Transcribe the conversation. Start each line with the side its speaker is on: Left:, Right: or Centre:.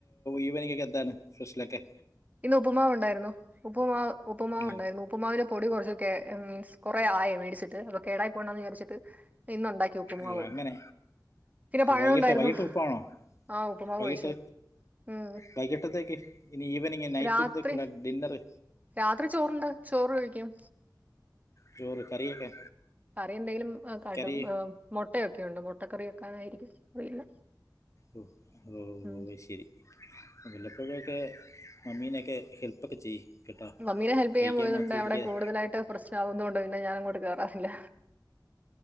Left: ഈവനിങ്ങ് ഒക്കെ എന്താണ് ഫ്രഷിലൊക്കെ
Right: ഇന്ന് ഉപ്പുമാവ് ഉണ്ടായിരുന്നു ഉപ്പുമാവ് ഉപ്പുമാവ്
Left: ഉം.
Right: ഉണ്ടായിരുന്നു ഉപ്പ്മാവിൻ്റെ പൊടി കുറച്ചൊക്കെ മീൻസ് കുറേ ആയേ മേടിച്ചിട്ട് കേടായി പോണ്ടന്ന് വിചരിച്ചിട്ട് ഇന്ന് ഉണ്ടാക്കി ഉപ്പുമാവ്
Left: ഓ, അങ്ങനെ
Right: പിന്നെ പഴം
Left: വൈകിട്ട്
Right: ഉണ്ടായിരുന്നു
Left: വൈകിട്ട് ഉപ്പാണോ
Right: ആഹ് ഉപ്പുമാവ്
Left: വൈകിട്ട്
Right: കഴിച്ചു ഉം
Left: വൈകിട്ടത്തേക്ക് ഇനി ഈവനിങ് നൈറ്റത്തേക്കുള്ള
Right: രാത്രി
Left: ഡിന്നറ്
Right: രാത്രി ചോറ്ണ്ട് ചോറ് കഴിക്കും
Left: ചോറ് കറിയൊക്കെ
Right: കറി എന്തെങ്കിലും കടും
Left: കറി
Right: മുട്ടയൊക്കെുണ്ട് മുട്ട കറി വെക്കാനായിരിക്കും അറിയില്ല
Left: ഓ ഓഹ്
Right: ഉം
Left: അയ് ശരി വല്ലപ്പോഴൊക്കെ മമ്മീനൊക്കെ ഹെല്പ്പൊക്കെ ചെയ്യ് കേട്ടോ
Right: മമ്മീനെ ഹെൽപ് ചെയ്യാൻ
Left: കഴിക്കാൻ
Right: പോയതുണ്ട്
Left: മാത്രം
Right: അവിടെ
Left: ഇരിക്കാതെ
Right: കൂടുതലായിട്ട് പ്രശ്നമാവുന്നോണ്ട് പിന്നെ ഞാനങ്ങോട്ട് കേറാറില്ല